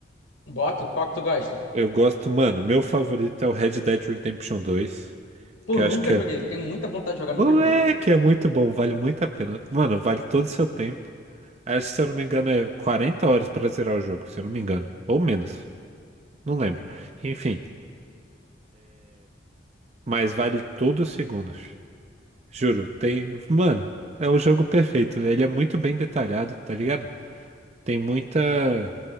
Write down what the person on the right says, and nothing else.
Eu gosto, mano. Meu favorito é o Red Dead Redemption 2,
que
eu acho que é.
Moleque,
é muito bom, vale muito a pena. Mano, vale todo o seu tempo. Acho que, se eu não me engano, é 40 horas pra zerar o jogo, se eu não me engano. Ou menos, não lembro. Enfim, mas vale todos os segundos. Juro, tem. Mano, é o jogo perfeito. Ele é muito bem detalhado, tá ligado? Tem muita.